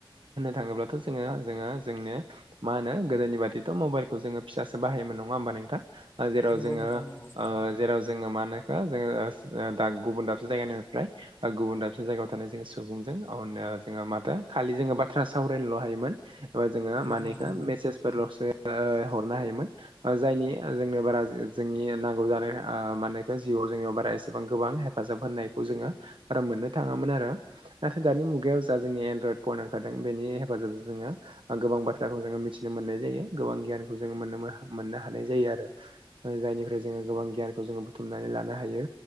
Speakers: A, on the right (about 65°); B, on the left (about 30°).
A: थाङोब्लाथ' जोङो जोंनो मा होनो गोदोनि बादिथ' मबाइलखौ जोङो फिसासो बाहायोमोन नङा होमबा? नोंथां ओ जेराव
B: नंगौ
A: जोङो
B: नोंथां नंगौ
A: ओ जेराव जोङो जोङो मा होनो इखो जोङो गुबुन दाबसे जायगानिफ्राय गुबुन दाबसे जायगायाव थानाय जों सुबुं माथो खालि जोङो बाथ्रा सावरायनोल हायोमोन। एबा जोङो
B: नंगौ
A: मा होनो
B: नोंथां
A: इखो
B: नंगौ
A: मेसेजफोरलसो हरनो हायोमोन। जायनि जों बारा जोंनि नांगौ जानाय मा होनो इखो जोङो जिउआव जोंनियाव बारा एसेबां गोबां हेफाजाब होननायखौ जोङो आराम मोननो थाङामोन आरो नाथाय दानि मुगायाव जा जोंनि एनड्रयड फन ओंखारदों बेनि हेफाजाबजों जोङो गोबां बाथ्राखौ जोङो मिथिनो मोननाय जायो गोबां गियानखौ जोङो मोननो हानाय जायो आरो। जायनिफ्राय जोङो गोबां गियानखौ जोङो बुथुमनानै लानो हायो